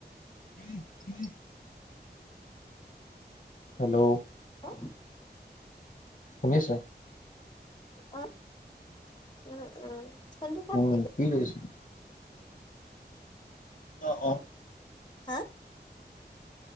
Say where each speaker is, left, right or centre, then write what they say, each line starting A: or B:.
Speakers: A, on the left; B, on the left.
A: উম উম <unintelligible> hello
B: অ
A: শুনিছো
B: অ উ উম চন্ত পাটতি
A: উম
B: <unintelligible>
A: কি কৈছে অ অ
B: হা